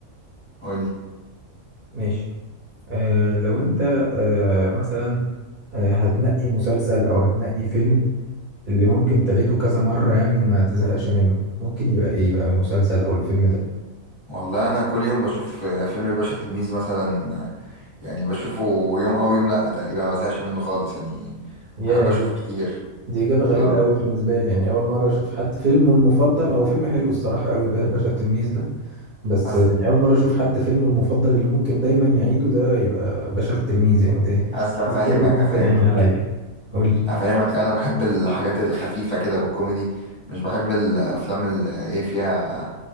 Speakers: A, on the left; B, on the right.
A: قول لي
B: ماشي آه لو انت آه مثلا آه هتنقي مسلسل او هتنقي فيلم اللي ممكن تعيده كذا مرة يعني وما تزهقش منه ممكن يبقى ايه بقى المسلسل او الفيلم ده
A: والله أنا كل يوم بشوف فيلم الباشا تلميذ مثلا يعني بشوفه يوم او يوم لا تقريبا ما بزهقش منه خالص يعني
B: يا
A: بحب اشوفه
B: دي,
A: كتير
B: دي اجابة غريبة
A: اه
B: قوي بالنسبة لي يعني اول مرة اشوف حد فيلمه المفضل هو فيلم حلو الصراحة قوي ب- باشا التلميذ ده بس
A: اصل
B: يعني اول مرة اشوف حد فيلمه المفضل اللي ممكن دايما يعيده ده يبقى باشا التلميذ يعني ده
A: اصل افهمك
B: دي اجابة جديدة
A: افهمك
B: يعني عليا قول لي
A: افهمك انا بحب الحاجات الخفيفه كده والكوميدي مش بحب الافلام اللي ايه فيها